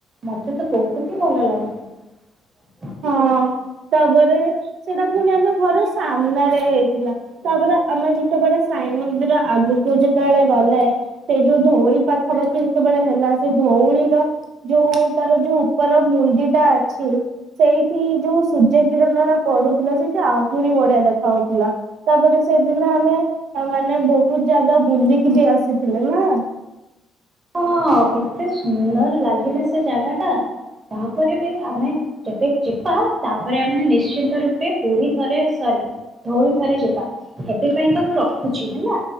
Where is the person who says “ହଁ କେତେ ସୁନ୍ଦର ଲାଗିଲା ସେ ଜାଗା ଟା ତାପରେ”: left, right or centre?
Right